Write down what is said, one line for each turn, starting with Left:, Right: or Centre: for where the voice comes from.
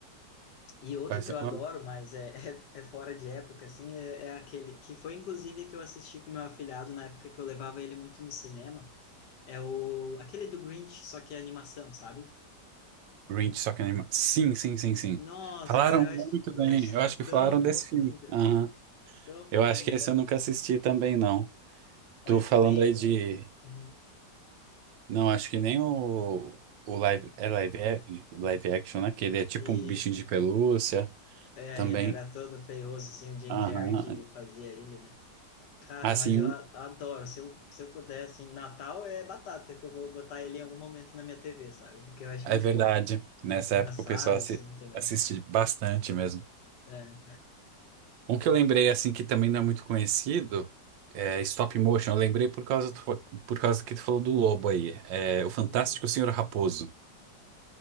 Left: E outro
Right: Parece-
Left: que eu adoro,
Right: oh,
Left: mas é, <laughs> é, é fora de época, assim, é, é aquele que foi inclusive que eu assisti com meu afilhado na época que eu levava ele muito no cinema, é o aquele do Grinch, só que é animação, sabe?
Right: Grinch, só que anima. Sim, sim, sim, sim.
Left: Nossa,
Right: Falaram
Left: cara, eu
Right: muito
Left: acho, eu
Right: bem.
Left: acho
Right: Eu acho que
Left: tão
Right: falaram desse
Left: fofinho,
Right: filme.
Left: cara.
Right: Aham.
Left: Tão fofinho,
Right: Eu acho que esse
Left: tão
Right: eu
Left: fofinho.
Right: nunca assisti também não. Tô
Left: Mas
Right: falando
Left: nem
Right: aí
Left: o.
Right: de
Left: Uhum.
Right: não, acho que nem o o live é live ac- live action, né? Que ele é tipo
Left: E
Right: um bichinho de pelúcia
Left: é,
Right: também.
Left: ele era todo feioso, assim, o Jim
Right: Aham.
Left: Carrey que fazia ele, né? Cara,
Right: Assim,
Left: mas eu a- adoro. Se eu, se eu puder, assim, Natal é batata, que eu vou botar ele em algum momento na minha TV, sabe? Porque eu acho
Right: É
Left: muito
Right: verdade.
Left: fofo.
Right: Nessa
Left: Engraçado,
Right: época o pessoal assi-
Left: assim, também.
Right: assiste bastante mesmo.
Left: É.
Right: Um que eu lembrei, assim, que também não é muito conhecido, é Stop Motion. Eu lembrei por causa, do- por causa que tu falou do lobo aí. É, o Fantástico
Left: Uhum.
Right: Senhor Raposo.